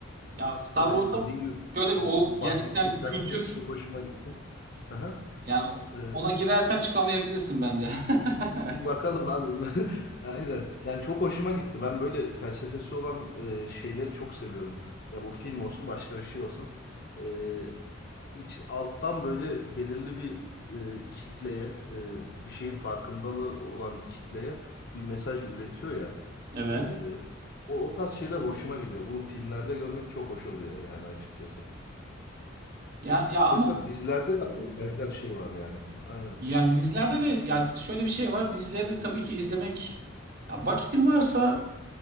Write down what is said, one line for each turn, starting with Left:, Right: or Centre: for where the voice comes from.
Right: ya Star
Left: Yani
Right: Wars'ta
Left: dediğim gibi
Right: böyle bir
Left: o
Right: o
Left: bahsettiğim
Right: gerçekten bir
Left: felsefe
Right: kültür
Left: çok hoşuma gitti. Hı hı.
Right: Yani
Left: E,
Right: ona girersen çıkamayabilirsin bence. <laughs>
Left: Bir bakalım abi. <laughs> Aynen. Yani çok hoşuma gitti. Ben böyle felsefesi olan e, şeyleri çok seviyorum. Ya bu film olsun başka bir şey olsun. E, iç, alttan böyle belirli bir e, kitleye, e, bir şeyin farkındalığı olan kitleye bir mesaj üretiyor ya.
Right: Evet.
Left: E, o, o tarz şeyler hoşuma gidiyor. Bunu filmlerde görmek çok hoş oluyor yani açıkçası.
Right: Ya ya
Left: Mesela
Right: ama
Left: dizilerde de aynı benzer şey var yani. <laughs> Aynen.
Right: yani dizilerde de ya şöyle bir şey var. Dizileri de tabii ki izlemek ya vakitin varsa